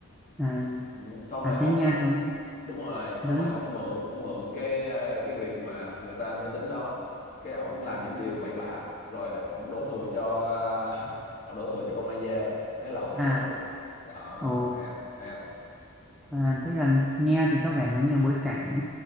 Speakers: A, in the centre; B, on the left (about 35°).
A: à
B: Ừ, xong rồi
A: à
B: ổng
A: thế nghe giống
B: đúng rồi xong
A: giống
B: rồi
A: như
B: ổng mượn ổng mượn cái à, cái việc mà người ta mê tín đó cái ổng làm những điều bậy bạ rồi ổng đổ thừa cho <laughs> à, ổng đổ thừa cho con ma da thế là ổng thoát
A: à
B: tội đó
A: ồ
B: hay hay không
A: à, thế là nghe thì có vẻ giống như bối cảnh